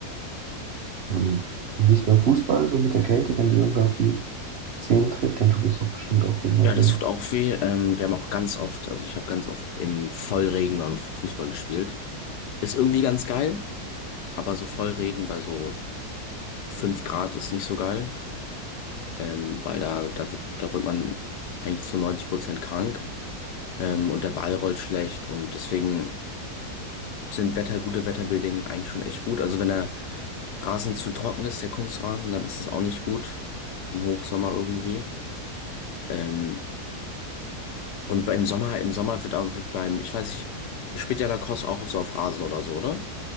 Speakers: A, on the right (about 55°); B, on the left (about 80°).
A: Ähm, und wie ist beim Fußball so mit der Kälte? Wenn dir irgendwer auf die Zehen tritt, dann tut es doch bestimmt auch behindert
B: Ja, das
A: weh.
B: tut auch weh. Ähm, wir haben auch ganz oft, also ich habe ganz oft im Vollregen beim Fußball gespielt. Ist irgendwie ganz geil, aber so Vollregen bei so 5 Grad ist nicht so geil, ähm, weil da, da wird, da wird man eigentlich zu 90% krank, ähm, und der Ball rollt schlecht und deswegen sind Wetter, gute Wetterbedingungen eigentlich schon echt gut. Also wenn der Rasen zu trocken ist, der Kunstrasen, dann ist es auch nicht gut im Hochsommer irgendwie. Ähm, und beim Sommer, im Sommer wird aber wird beim, ich weiß nicht, ich spiele ja Lacrosse auch auf so auf Rasen oder so, oder?